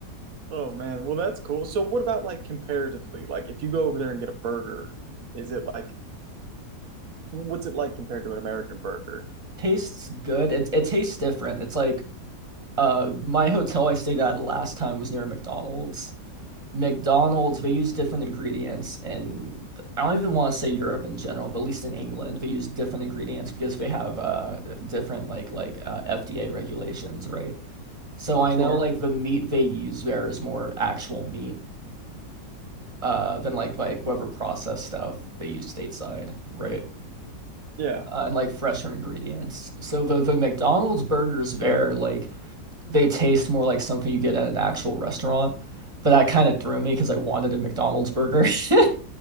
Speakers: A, on the right (about 60°); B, on the right (about 20°).
A: Oh man. Well, that's cool. So what about like comparatively? Like if you go over there and get a burger, is it like what's it like compared to an American burger?
B: Tastes good. It it tastes different. It's like uh my hotel I stayed at last time was near McDonald's. McDonald's, they use different ingredients and I don't even want to say Europe in general, but at least in England, they use different ingredients because they have uh different like like uh, FDA regulations, right? So I
A: Sure.
B: know like the meat they use there is more actual meat uh than like like whatever processed stuff they use stateside, right?
A: Yeah.
B: uh, and like fresher ingredients. So the the McDonald's burgers there, like they taste more like something you get at an actual restaurant. But that kind of threw me because I wanted a McDonald's burger. <laughs>